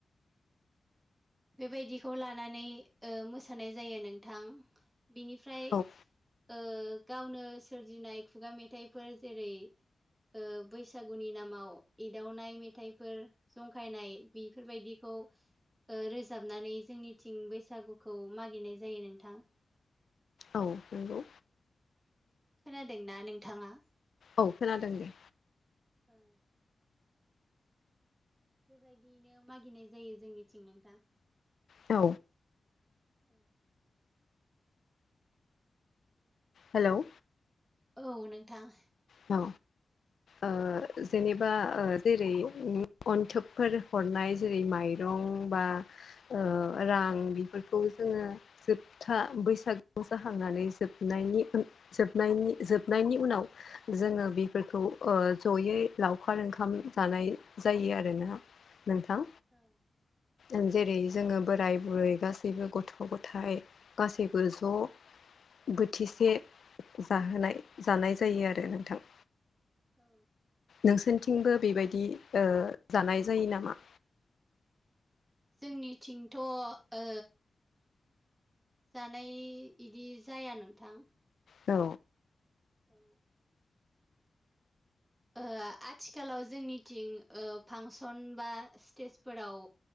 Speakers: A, on the right; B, on the left.
A: बेबायदिखौ लानानै ओ मोसानाय जायो नोंथां। बिनिफ्राय
B: औ
A: ओ गावनो सोरजिनाय खुगा मेथाइफोर जेरै ओ बैसागुनि नामाव एदावनाय मेथाइफोर जंखायनाय बिफोर बायदिखौ ओ रोजाबनानै जोंनिथिं बैसागुखौ मागिनाय जायो नोंथां।
B: औ नंगौ।
A: खोनादोंना नोंथाङा?
B: औ खोनादों दे।
A: औ बेबायदियैनो मागिनाय जायो जोंनिथिं नोंथां।
B: औ
A: औ
B: हेलौ
A: औ नोंथां।
B: औ ओ जेनेबा ओ जेरै अन्थोबफोर हरनाय जेरै माइरं बा ओ रां बिफोरखौ जोङो जोबथा बैसागु मैसा खांनानै जोबना जोबनायनि उन जोबनायनि जोबनायनि उनाव जोङो बेफोरखौ ओ ज'यै लावखार ओंखाम जानाय जायो आरोना। नोंथां
A: औ
B: ओं जेरै जोङो बोराय बुरै गासैबो गथ' गथाइ गासैबो ज' बोथिसे जाहोनाय जानाय जायो आरो नोंथां।
A: औ।
B: नोंसोरथिंबो बेबायदि ओ जानाय जायो नामा?
A: जोंनिथिंथ' ओ जानाय इदि जाया नोंथां।
B: औ
A: औ ओ आथिखालाव जोंनिथिं ओ फांसन बा स्टेजफोराव